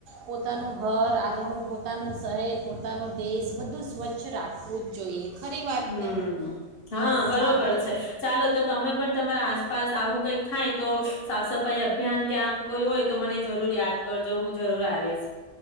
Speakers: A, on the right; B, on the left.
A: પોતાનું ઘર, આંગણું, પોતાનું શહેર, પોતાનો દેશ બધું સ્વચ્છ રાખવું જ જોઈએ. ખરી વાતને
B: હમ્મ હા. બરોબર
A: સારું
B: છે, ચાલો તો તમે પણ તમારા આસપાસ આવું કંઈક થાય તો સાફ સફાઈ અભિયાન કે આમ કોઈ હોય તો મને જરૂર યાદ કરજો, હું જરૂર આવીશ.